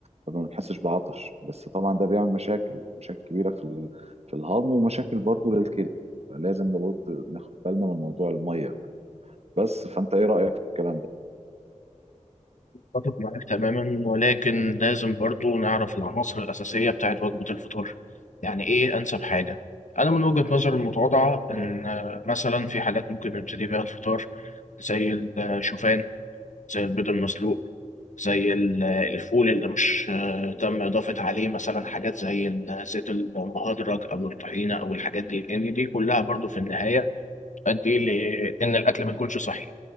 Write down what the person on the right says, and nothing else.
فما بنحسش بعطش بس طبعا ده بيعمل مشاكل مشاكل كبيره في ال- في الهضم ومشاكل برضو للكلى فلازم لابد ناخد بالنا من موضوع الميه ده بس فانت ايه رايك في الكلام ده؟